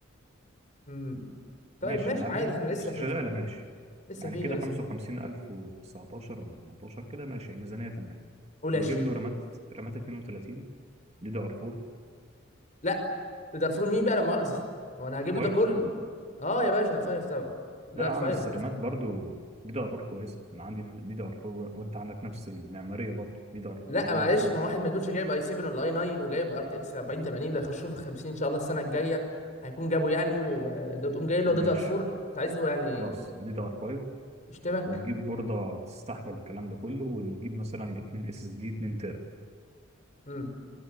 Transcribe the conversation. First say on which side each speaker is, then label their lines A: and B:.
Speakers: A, on the left; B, on the right.
A: امم طيب
B: ماشي
A: ماشي
B: يعني
A: عادي احنا
B: مش
A: لسه في
B: شغاله
A: الفيلم
B: ماشي
A: لسه
B: يعني
A: فيها
B: كده
A: لسه
B: 55019
A: فيها
B: ولا 18 كده ماشي الميزانيه تمام
A: قول
B: ونجيب
A: 20
B: له رامات رامات 32 دي دي ار 4
A: لا ده دارفور مين بقى لا مؤاخذه هو انا هجيب له
B: 5
A: ده كله اه يا باشا ده 5 طبعا ده
B: لا يا
A: 5
B: عم بس
A: احدث
B: الرامات
A: حاجه
B: برضو دي دي ار 4 كويس انا عندي دي دي ار 4 وانت عندك نفس المعماريه برضو دي دي ار
A: لا
B: دي
A: معلش
B: دي ار 4
A: ما واحد ما يكونش جايب اي 7 ولا اي 9 وجايب ار تي اكس 40 80 ده يخشوه في ال 50 ان شاء الله السنه الجايه هيكون جابه يعني وده تقوم جاي له
B: ماشي
A: داتا 4 انت عايز له يعني
B: خلاص دي دي ار 5
A: يشتمك
B: ونجيب بورده تستحمل الكلام ده كله ونجيب مثلا 2 اس اس دي 2 تيرا
A: امم